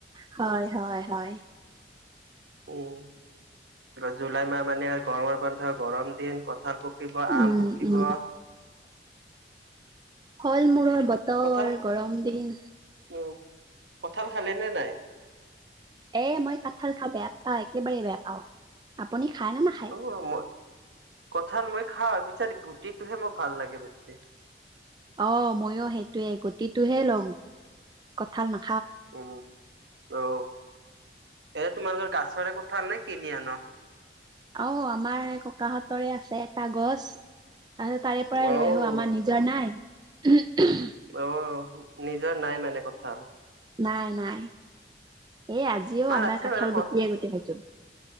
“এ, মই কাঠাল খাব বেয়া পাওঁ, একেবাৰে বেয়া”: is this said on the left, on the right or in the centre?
Right